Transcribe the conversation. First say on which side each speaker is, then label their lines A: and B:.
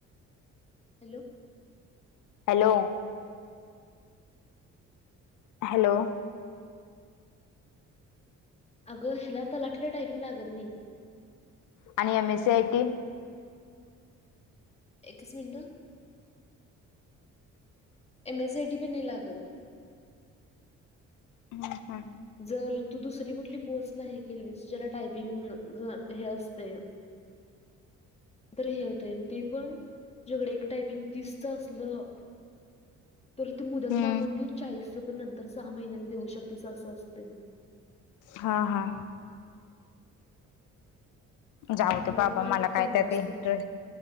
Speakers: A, on the left (about 20°); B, on the left (about 85°).
A: हॅलो
B: हॅलो हॅलो,
A: अगं ह्याला तलाटीला टाईपिंग लागत नाही.
B: आणि M S C I T
A: एकच मिनटं एम एस सीआयटी पण नाही लागत.
B: हम्म हम्म.
A: जर तू दुसरी कुठली पोस्टला हे केलीस ज्याला टायपिंग ग हे असतयं. तर हे होतयं ते पण तुझ्याकडे एक टायपिंग तीसचं असलं तर तू मुदत
B: हम्म
A: मागून घेऊन चाळीसचं पण नंतर सहा महिन्यांनी देऊ शकतीस असं असतयं.
B: हा हा. जाऊ दे
A: वरुन
B: बाबा मला काय
A: चांगला
B: त्यात
A: असतोय.
B: इंटर